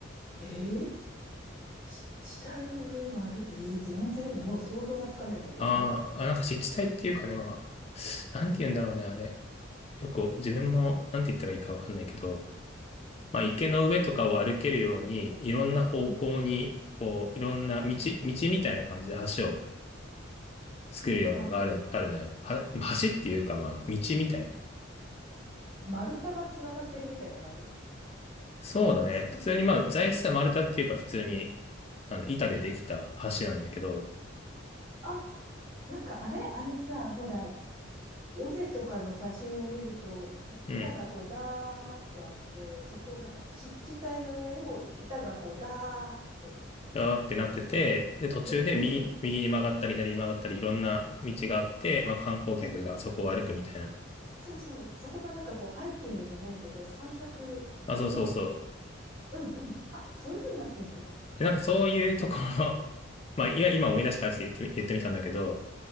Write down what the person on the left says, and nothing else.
あーあ、
なんか湿地帯っていうかね、まあ、なんて言うんだろうね、あれ。よく、自分も、なんて言ったらいいかわかんないけど、まあ、池の上とかを歩けるように、いろんな方向に、
こう、いろんな道、道みたいな感じで橋を作るようなのがある、
あるのよ。は、橋っていうか、まあ、道みたいな。
そうだね。
普通にまあ、材質は丸太っていうか普通に、なんだ、板でできた橋なんだけど、
うん。
だーってなってて、
で、途中で右、
右に曲がったり左に曲がったりいろんな道があって、まあ観光客がそこを歩くみたいな。
あ、そうそうそう。
え、なんかそういうところ <laughs> まあ、いや、今思い出したからちょっと言ってみ、言ってみたんだけど、